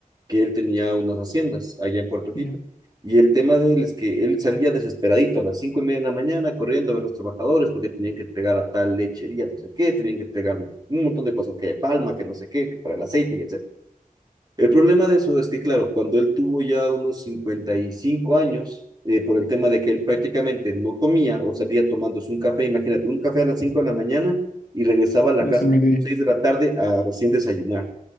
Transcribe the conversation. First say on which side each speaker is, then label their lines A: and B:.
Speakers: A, on the right (about 30°); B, on the left (about 85°).
A: que él tenía unas haciendas allá en Puerto Quito
B: Ya,
A: y el tema de él es que él salía desesperadito a las cinco y media de la mañana corriendo a ver a los trabajadores porque tenían que entregar a tal lechería, no sé qué, tenían que entregar un montón de cosas, que de palma, que no sé qué, que para el aceite, y etc. El problema de eso es que, claro, cuando él tuvo ya unos 55 años, eh, por el tema de que él prácticamente no comía o salía tomándose un café, imagínate, un café a las 5 de la mañana y regresaba a la
B: ya
A: casa
B: es el
A: a
B: mediodía.
A: las 6 de la tarde a recién desayunar